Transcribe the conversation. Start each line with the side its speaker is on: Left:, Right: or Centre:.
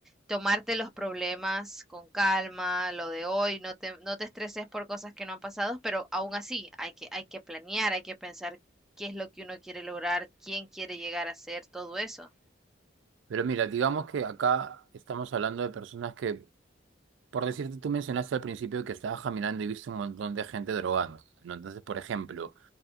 Centre: tomarte los problemas con calma, lo de hoy, no te, no te estreses por cosas que no han pasado, pero aún así hay que, hay que planear, hay que pensar qué es lo que uno quiere lograr, quién quiere llegar a ser, todo eso.
Right: Pero mira, digamos que acá estamos hablando de personas que, por decirte, tú mencionaste al principio que estabas caminando y viste un montón de gente drogando, ¿no? Entonces, por ejemplo,